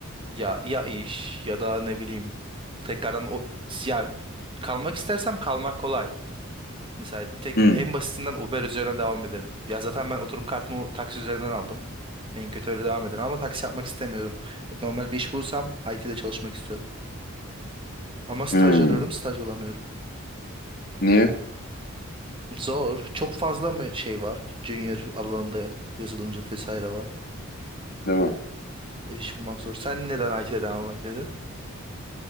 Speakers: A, on the right; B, on the left.
A: Ya ya iş ya da ne bileyim tekrardan o ya kalmak istersem kalmak kolay. Mesela tek
B: Hmm.
A: en basitinden Uber üzerinden devam edelim. Ya zaten ben oturum kartımı taksi üzerinden aldım. En kötü öyle devam edelim ama taksi yapmak istemiyorum. E, Normal bir iş bulursam IT'de çalışmak istiyorum. Ama staj
B: Hmm.
A: arıyorum, staj bulamıyorum.
B: Niye
A: Zor. Çok fazla mı şey var? Junior alanında yazılımcı vesaire var.
B: Değil mi?
A: E, İş bulmak zor. Sen neden IT'de devam etmedin?